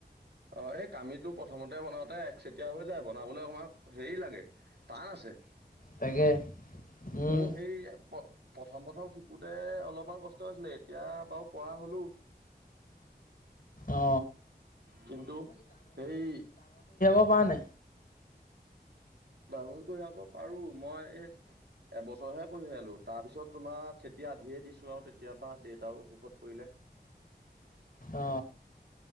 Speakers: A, on the right; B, on the left.
A: অ', এই কামিটো প্ৰথমতে বনাওঁতে এক চেতিয়া হৈ যায় বনাবলৈ অকণমাণ হেৰি লাগে- টান আছে।
B: তাকে। উম
A: মোৰ সেই- প-প্ৰথম-প্ৰথম শিকোতে অলপমান কষ্ট হৈছিলে এতিয়া বাৰু পৰা হ'লো।
B: অ
A: কিন্তু সেই
B: তই পাৰ নে?
A: ডাঙৰি কঢিয়াব পাৰো, মই এ- এবছৰ'হে কৰঢ়িয়ালো, তাৰপিছত তোমাৰ খেতি আধিয়ে দিছো আৰু তেতিয়া পৰা দেউতাও অসুখত পৰিলে।
B: অ